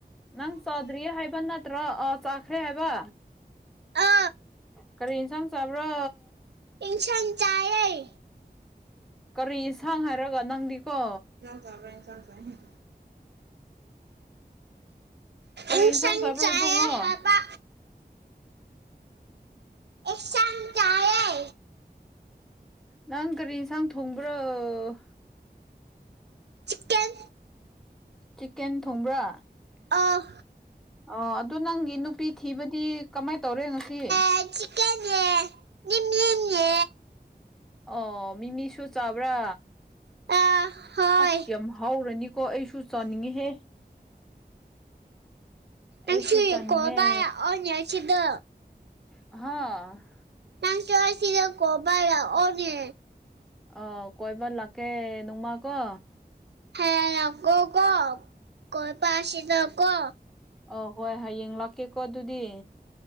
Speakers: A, in the centre; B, on the right.
A: ꯅꯪ ꯆꯥꯗ꯭ꯔꯤꯌꯦ ꯍꯥꯏꯕ ꯅꯠꯇ꯭ꯔꯣ ꯑꯥ ꯆꯥꯈ꯭ꯔꯦ ꯍꯥꯏꯕ
B: ꯑ
A: ꯀꯔꯤ ꯏꯟꯁꯥꯡ ꯆꯥꯕ꯭ꯔ
B: ꯏꯟꯁꯥꯡ ꯆꯥꯌ‌ꯦ
A: ꯀꯔꯤ ꯏꯟꯁꯥꯡ ꯍꯥꯏꯔꯒ ꯅꯪꯗꯤꯀꯣ
B: ꯇꯕꯔꯥ ꯏꯟꯁꯥꯡ ꯆꯥꯏꯍ‌ꯦ
A: ꯀꯔꯤ
B: ꯏꯟꯁꯥꯡ
A: ꯆꯥꯕ꯭ꯔꯣ
B: ꯆꯥꯌ‌ꯦ
A: ꯏꯕꯨꯡꯉꯣ
B: ꯍꯥꯕ ꯑꯦꯁꯥꯡ ꯆꯥꯌ‌ꯦ
A: ꯅꯪ ꯀꯔꯤ ꯏꯟꯁꯥꯡ ꯊꯣꯡꯕ꯭ꯔ‌ꯣ
B: ꯆꯤꯛꯀꯟ
A: ꯆꯤꯛꯀꯦꯟ ꯊꯣꯡꯕ꯭ꯔꯥ
B: ꯑꯥ
A: ꯑꯣ ꯑꯗꯨ ꯅꯪꯒꯤ ꯅꯨꯄꯤ ꯊꯤꯕꯗꯤ ꯀꯃꯥꯏ ꯇꯧꯔꯦ ꯉꯁꯤ
B: ꯑꯩ ꯆꯤꯀꯟ ꯅ‌ꯦ ꯅꯤꯝ ꯅꯤꯝ ꯅꯤ
A: ꯑꯣ ꯃꯤꯃꯤꯁꯨ ꯆꯕ꯭ꯔꯥ
B: ꯑꯥ ꯍꯣꯏ
A: ꯑꯁ ꯌꯥꯝ ꯍꯥꯎꯔꯅꯤꯀꯣ ꯑꯩꯁꯨ ꯆꯥꯅꯤꯡꯉꯤꯍꯦ ꯑꯩꯁꯨ
B: ꯅꯪꯁꯨꯏ
A: ꯆꯥꯅꯤꯡꯉꯦ
B: ꯀ‌ꯣꯏꯕ ꯂꯥꯛꯑꯣꯅꯦ ꯑꯁꯤꯗ
A: ꯍꯥꯥ
B: ꯅꯪꯁꯨ ꯑꯁꯤꯗ ꯀꯣꯕꯥ ꯂꯥꯛꯑꯣꯅꯦ
A: ꯑꯥꯎ ꯀꯣꯏꯕ ꯂꯥꯛꯀꯦ ꯅꯣꯡꯃꯥ ꯀꯣ
B: ꯍꯌꯦꯡ ꯂꯥꯛ ꯀꯣ ꯀꯣ ꯀꯣꯏꯕ ꯑꯁꯤꯗ ꯀꯣ
A: ꯑꯧ ꯍꯣꯏ ꯍꯌꯦꯡ ꯂꯥꯛꯀꯦꯀꯣ ꯑꯗꯨꯗꯤ